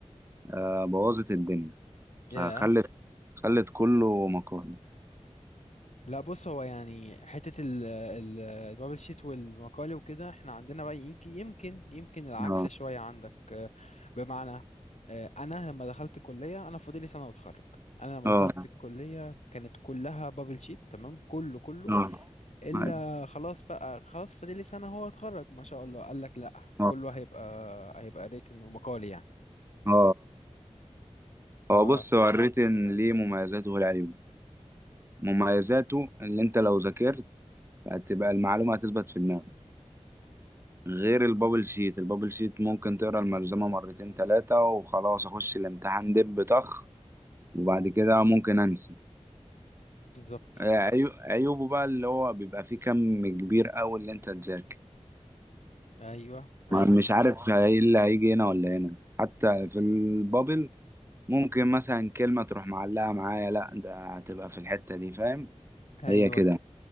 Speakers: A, on the right (about 20°); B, on the left (about 75°).
A: آه بوظت الدنيا
B: ياه
A: فخلت خلت كله مقالي
B: لا بص هو يعني حتة ال ال البابل شيت والمقالي وكده احنا عندنا بقى يمكن يمكن يمكن العكس
A: اه
B: شوية عندك آه، بمعنى آه، أنا لما دخلت الكلية أنا فاضلي سنة وأتخرج أنا لما
A: اه
B: دخلت الكلية كانت كلها بابل شيت تمام كله كله
A: اه
B: إلا
A: أيوة.
B: خلاص بقى خلاص فاضلي سنة هو أتخرج ما شاء الله قال لك لأ
A: اه
B: كله هيبقى هيبقى ريتن ومقالي يعني
A: اه
B: ف
A: هو بص هو الريتن
B: مم،
A: ليه مميزاته والعيوب مميزاته اللي انت لو ذاكرت هتبقى المعلومة هتثبت في دماغك غير البابل شيت البابل شيت ممكن تقرا الملزمة مرتين تلاتة وخلاص اخش الامتحان دب طخ وبعد كده ممكن انسى
B: بالظبط
A: آه، عيو- عيوبه بقى اللي هو بيبقى فيه كم كبير قوي اللي انت تذاكر
B: أيوه أيوه
A: ما- مش عارف ايه اللي هيجي هنا ولا هنا حتى في البابل ممكن مثلا كلمة تروح معلقة معايا لا ده هتبقى في الحتة دي فاهم
B: أيوه
A: هي كده